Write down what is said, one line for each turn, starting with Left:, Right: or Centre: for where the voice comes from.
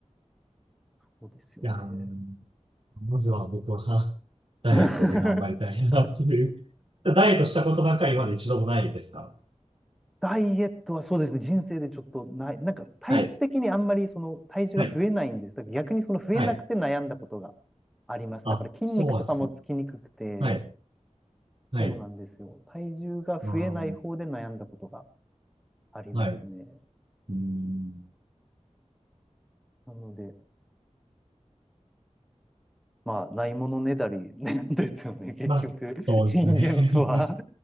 Centre: そうですよね。
Right: やー、まずは僕は <laughs> ダイエットで頑張りたいなっていう。
Centre: <laughs>
Right: ダイエットしたことなんか今まで一度もないですか
Centre: ダイエットはそうですね、人生でちょっとない、なんか体質的にあんまりその体重が増えないんです。
Right: はい。はい
Centre: だから逆にその増えなくて悩んだことが
Right: はい。
Centre: あります。
Right: あ、
Centre: だから筋肉とかもつきにくくて、
Right: そうなんですね。はい。はい。
Centre: そうなんですよ。体重が増えない方で悩んだことが
Right: ああ、
Centre: ありますね。
Right: はい。うーん。
Centre: なので、まあ、ないものねだりね <laughs> ですよね、結局、
Right: まあ、そうですね。
Centre: 人間とは
Right: <laughs>